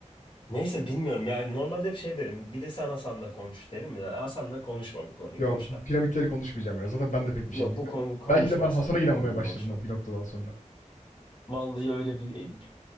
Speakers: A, on the left; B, on the left.
A: Neyse bilmiyorum ya normalde hep şey derim. Bir de sen Hasan'la konuş derim ya. Hasan'la konuşma bu konuyu
B: Yok
A: boş
B: bu
A: ver.
B: piramitleri konuşmayacağım ya. Zaten ben de pek bir
A: Yok
B: şey bilmiyorum.
A: bu konu konuşmasan
B: Belki de ben Hasan'a
A: da
B: inanmaya
A: bu konuyu
B: başladım
A: boş ver.
B: bir noktadan sonra.
A: Vallahi öyle bir